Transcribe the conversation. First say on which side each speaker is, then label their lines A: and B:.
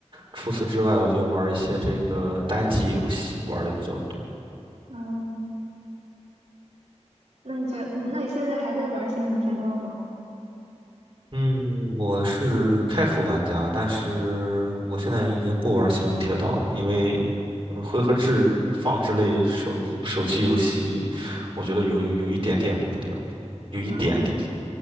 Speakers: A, on the right (about 45°); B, on the right (about 75°).
A: 除此之外，我就玩儿一些这个单机游戏玩儿的比较多。
B: 嗯，那你觉，那你现在还在玩儿《仙行铁道》吗？
A: 嗯，我是开服玩家，但是我现在已经不玩《星穹铁道》了，因为呃回合制放置类手手机游戏，我觉得有有有一点点无聊，有一点点。
B: 啊、